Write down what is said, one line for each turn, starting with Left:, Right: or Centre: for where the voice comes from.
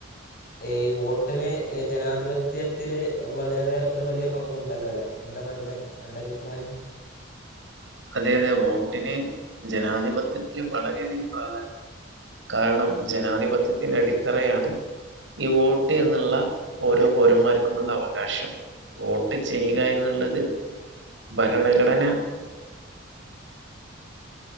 Left: ഈ വോട്ടിനെ ജനാധിപ ത്യത്തില് വളരെ ഒരു വലിയ പങ്കുണ്ടല്ലോലേ എന്താണ് അതില് അന്റെ അഭിപ്രായം?
Right: അതെ അതെ വോട്ടിന് ജനാധിപത്യത്തില് വളരെയധികം പ്രാധാന്യം കാരണം ജനാധിപത്യത്തിന്റെ അടിത്തറയാണ് ഈ വോട്ട് എന്നുള്ള ഓരോ പൗരന്മാർക്കുമുള്ള അവകാശം വോട്ട് ചെയ്യുക എന്നുള്ളത് ഭരണഘടന